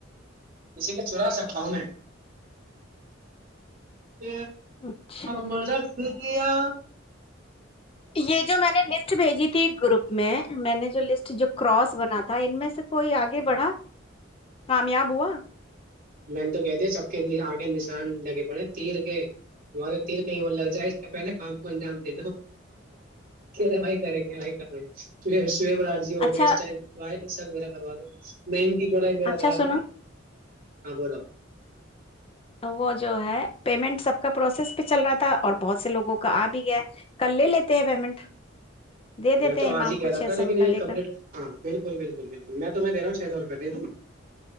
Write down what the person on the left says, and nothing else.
اچھا
یہ جو میں نے لسٹ بھیجی تھی ایک گروپ میں میں نے جو لسٹ جو کراس بنا تھا ان میں سے کوئی آگے بڑھا کامیاب ہوا
اچھا
اچھا
سنو
وہ جو ہے پیمنٹ سب کا پروسیس پہ چل رہا تھا اور بہت سے لوگوں کا آ بھی گیا ہے کل لے لیتے ہیں پیمنٹ دے دیتے
ہیں
امام
کو
چھ
سو
روپے
لے
کر